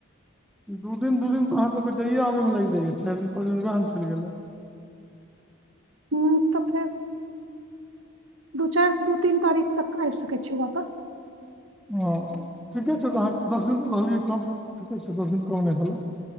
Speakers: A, in the centre; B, on the right (about 65°).
A: दू दिन दू दिन तऽ अहाँसभकेँ जाइए आबयमे लागि जाइए चारि दिन पाँच दिन उएहमे चलि गेलै
B: हू तऽ फेर दू चारि दू तीन तारीख तक आबि सकैय छियै वापस
A: हँ ठीके छै तऽ अहाँ दस दिन रहलियै कम ठीके छै दस दिन कम नहि भेलै